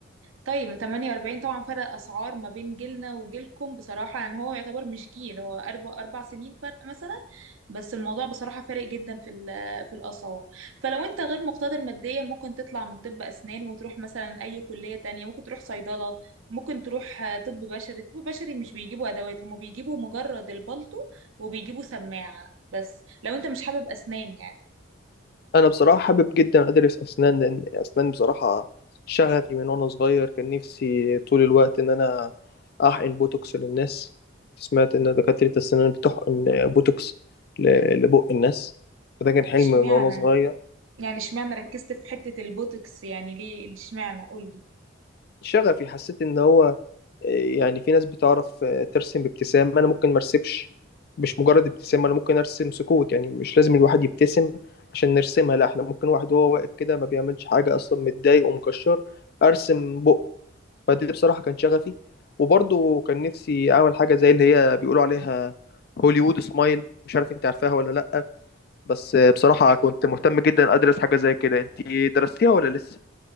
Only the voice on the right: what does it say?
طيب 48 طبعا فرق اسعار ما بين جيلنا وجيلكم بصراحه يعني هو يعتبر مش جيل هو اربع اربع سنين فرق مثلا بس الموضوع بصراحه فارق جدا في ال- في الاسعار فلو انت غير مقتدر ماديا ممكن تطلع من طب اسنان وتروح مثلا اي كليه تانية ممكن تروح صيدله ممكن تروح آه، طب بشري طب بشري مش بيجيبوا ادوات هما بيجيبوا مجرد البلطو وبيجيبوا سماعه بس لو انت مش حابب اسنان يعني
اشمعنى
يعني اشمعنى ركزت في حته البوتوكس يعني ليه اشمعنى قولي